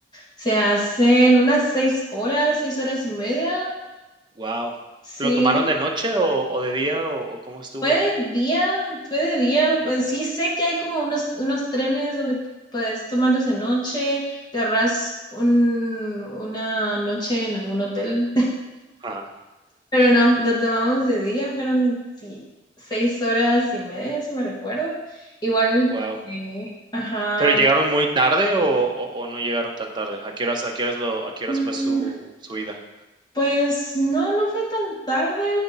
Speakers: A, on the left; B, on the right.
A: se hacen unas seis horas, seis horas y media.
B: Wow.
A: Sí,
B: ¿Lo tomaron de noche o, o de día o, o cómo estuvo?
A: fue de día, fue de día. Pues sí sé que hay como unos, unos trenes donde puedes tomarlos de noche, te ahorras un- una noche en algún hotel
B: Ajá,
A: Pero no, lo tomamos de día, fueron sí, seis horas y media, si me recuerdo. Igual,
B: wow.
A: eh, ajá.
B: ¿Pero llegaron muy tarde o, o- o no llegaron tan tarde? ¿A qué horas, a qué horas lo, a qué horas
A: Mm,
B: fue su, su ida?
A: Pues no, no fue tan tarde.